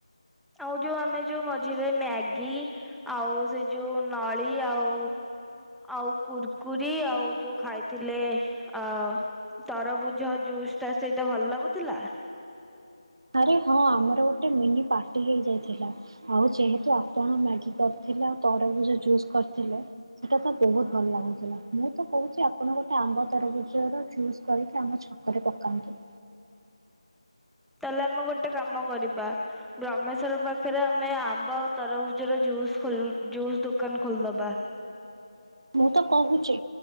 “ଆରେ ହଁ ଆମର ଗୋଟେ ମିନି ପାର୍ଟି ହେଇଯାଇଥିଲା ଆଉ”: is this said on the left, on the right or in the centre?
Right